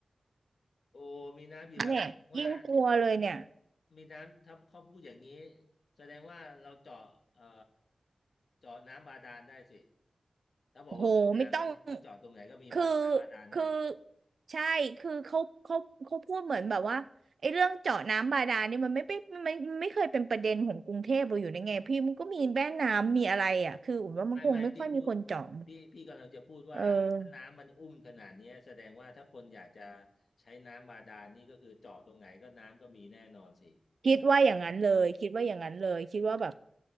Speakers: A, on the left; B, on the right.
A: โอ้มีน้ำอยู่แล้วแสดงว่า
B: เนี่ยยิ่งกลัวเลยเนี่ย
A: มีน้ำถ้าเขาพูดอย่างนี้แสดงว่าเราเจาะเอ่อเจาะน้ำบาดาลได้สิ ถ้าบอกว่ามีน้ำแสดงว่าเจาะตรงไหนก็มีบาน้ำบาดาลได้
B: โอ้โหไม่ต้องคือคือใช่คือเขาเขาเขาพูดเหมือนแบบว่าไอ้เรื่องเจาะน้ำบาดาลนี่มันไม่เป็นมันไม่มันไม่เคยเป็นประเด็นของกรุงเทพเราอยู่ในไงพี่มันก็มีแม่น้ำมีอะไรอ่ะคืออุ่นว่ามันคงไม่ค่อยมีคนเจาะ
A: ไม่ไม่พี่พูดพี่พี่กำลังจะพูดว่าถ้าน้ำมันอุ้มขนาดเนี้ยแสดงว่าถ้าคนอยากจะ
B: เออ
A: ใช้น้ำบาดาลนี่ก็คือเจาะตรงไหนก็น้ำก็มีแน่นอนสิอย่างนั้น
B: คิดว่าอย่างนั้นเลยคิดว่าอย่างนั้นเลยคิดว่าแบบ